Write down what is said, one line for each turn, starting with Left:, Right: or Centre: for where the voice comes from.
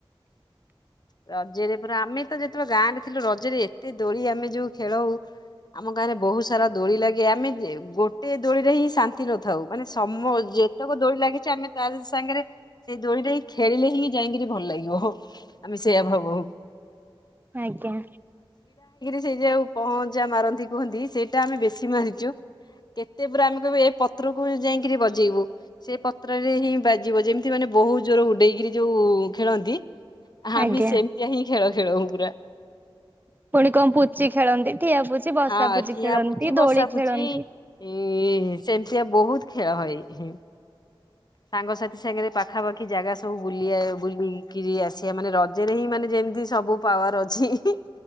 Left: ରଜରେ ପରା ଆମେ ତ ଯେତେବେଳେ ଗାଁରେ ଥିଲୁ ରଜରେ ଏତେ ଦୋଳି ଆମେ ଯୋଉ ଖେଳଉ ଆମ ଗାଁରେ ବହୁତ ସାରା ଦୋଳି ଲାଗି ଆମେ ଗୋଟେ ଦୋଳିରେ ହିଁ ଶାନ୍ତି ନଥାଉ ମାନେ ସମ ଯେତେକ ଦୋଳି ଲାଗିଛି ଆମେ ତ ସାଙ୍ଗରେ ସେଇ ଦୋଳିଟ ହି ଖେଳିଲେ ହିଁ ଯାଇକିରି ଭଲ ଲାଗିବ ହ ଆମେ ସେଇୟଆ ଭାବଉ
Right: ଆଜ୍ଞା
Left: ସେ ଯଉ ପହଞ୍ଚା ମାରନ୍ତି କୁହନ୍ତି ସେଇଟା ଆମେ ବେଶି ମାରିଛୁ କେତେ ପୁରା ଆମେ ଏ ପତ୍ରକୁ ଯାଇକିରି ବଜେଇବୁ ସେ ପତ୍ରରେ ହିଁ ବାଜିବ ଯେମିତି ମାନେ ବହୁ ଜୋର ଉଡେଇକିରି ଯୋଉ ଖେଳନ୍ତି। ହଁମେ
Right: ଆଜ୍ଞା।
Left: ସେମିତି ହିଁ ଖେଳଛ, ସେ ପୁର
Right: ପୁଣି କଣ ପୁଚଛିି ଖେଳନ୍ତି। ଠିଆପୁଜି ବସା
Left: ହଁ
Right: ପୁଜି
Left: ଠିଆ
Right: ଖେଳନ୍ତି
Left: ପୁଚି ବସା
Right: ଦୋଳି
Left: ପୁଚି
Right: ଖେଳନ୍ତି।
Left: ଇ ସେମିତିଆ ବହୁତ ଖେଳ ହ <inaudible> ସାଙ୍ଗସାଥି ସାଙ୍ଗରେ ପାଖାପାଖି ଜାଗା ସବୁ ବୁଲି ବୁଲିକିରି ଆସିବା ମାନେ ରଜରେ ହିଁ ମାନେ ଯେମିତି ସବୁ ପାୱାର ଅଛି,